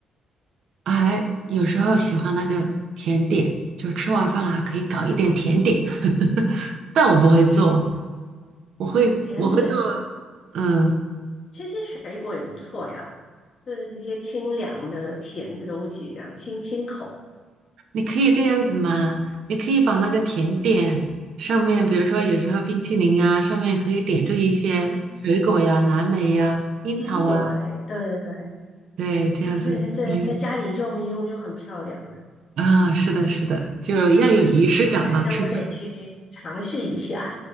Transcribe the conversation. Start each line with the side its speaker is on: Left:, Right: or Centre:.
Right: 还有时候喜欢那个甜点，就是吃完饭了还可以搞一点甜点，
Left: 哦，
Right: <laughs> 但我不会做，我会我会做，
Left: 甜点哦，
Right: 嗯。
Left: 这些水果也不错呀，就是一些清凉的甜的东西，这样清清口
Right: 你可以这样子嘛？你可以把那个甜点上面，比如说有时候冰淇淋啊，上面可以点缀一些水果呀、
Left: 啊。
Right: 蓝莓呀、樱桃啊，
Left: 坚果类，对对对，
Right: 对，这样子。
Left: 啊，那些在在家里用一用就很漂亮了。
Right: 嗯啊，是的，是的，就要有仪式感嘛，
Left: 改天我得去尝试一下。
Right: 吃饭。